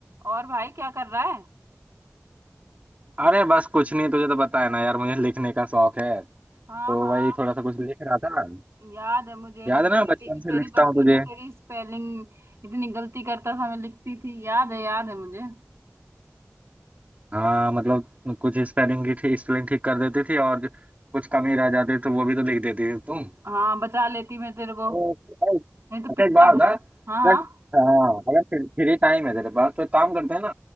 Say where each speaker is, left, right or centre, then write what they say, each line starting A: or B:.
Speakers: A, on the right (about 65°); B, on the right (about 30°).
A: और भाई क्या कर रहा है
B: अरे बस कुछ नहीं तुझे तो पता है ना यार मुझे लिखने का शौक है
A: हाँ
B: तो
A: हाँ
B: वही थोड़ा सा कुछ लिख रहा था
A: याद है मुझे
B: याद है ना
A: तेरी
B: बचपन से
A: तेरी
B: लिखता
A: बचपन
B: हूँ तुझे
A: में तेरी स्पेलिंग इतनी गलती करता था मैं लिखती थी याद है याद है मुझे
B: हाँ मतलब कुछ स्पेलिंग की थी स्पेलिंग ठीक कर देती थी और कुछ कमी रह जाती तो वो भी तो लिख देती थी तुम
A: हाँ बचा लेती मैं तेरे को
B: ओ,
A: नहीं तो
B: अच्छा
A: पिटता
B: एक बात
A: बहुत
B: बता अगर
A: हाँ हाँ
B: हाँ अगर फ्री फ्री टाइम है तेरे पास तो एक काम करते हैं ना